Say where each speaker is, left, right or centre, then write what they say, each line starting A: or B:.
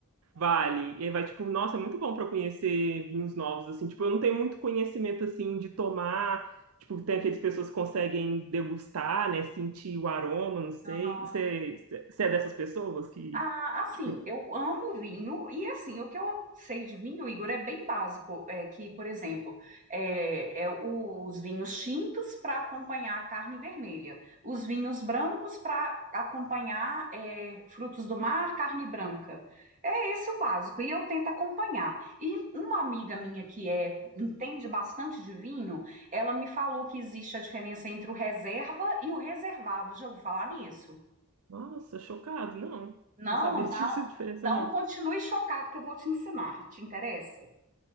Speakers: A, on the right; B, on the right.
A: Vale. E aí vai, tipo, nossa, é muito bom para conhecer vinhos novos, assim. Tipo, eu não tenho muito conhecimento, assim, de tomar. Tipo, tem aquelas pessoas que conseguem degustar, né? Sentir o aroma, não sei.
B: pena.
A: Você você é dessas pessoas que,
B: Ah, assim,
A: tipo,
B: eu amo vinho e assim, o que eu sei de vinho, Igor, é bem básico, é que, por exemplo, é, é o- os vinhos tintos para acompanhar a carne vermelha, os vinhos brancos para acompanhar é, frutos do mar, carne branca. É esse o básico e eu tento acompanhar. E uma amiga minha que é entende bastante de vinho, ela me falou que existe a diferença entre o reserva e o reservado. Já vou falar nisso.
A: nossa, chocado. Não,
B: Não,
A: não sabia
B: então,
A: <laughs> disso, diferença,
B: então
A: não.
B: continue chocado que eu vou te ensinar. Te interessa?